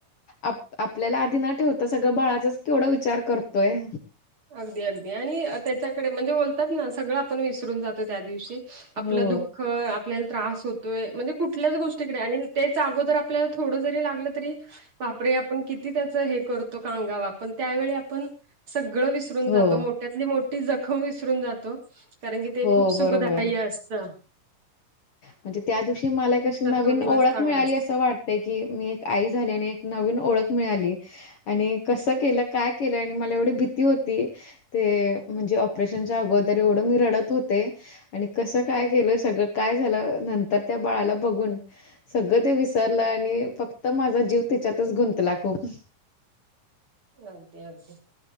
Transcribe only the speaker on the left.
आप आपल्याला आधी न ठेवता सगळं बाळाचाच केवढा विचार करतोय.
हो
हो
हो
बरोबर
म्हणजे त्या दिवशी मला कशी नवीन
ओळख
मिळाली
असं वाटत. की मी एक आई झाली आणि एक नवीन ओळख मिळाली. आणि कस केलं काय केलं आणि मला एवढी भीती होती. ते म्हणजे ऑपरेशनच्या अगोदर एवढं मी रडत होते. आणि कसं काय केलं सगळं काय झालं नंतर त्या बाळाला बघून. सगळं ते विसरलं आणि फक्त माझा जीव तिच्यातच गुंतला खूप.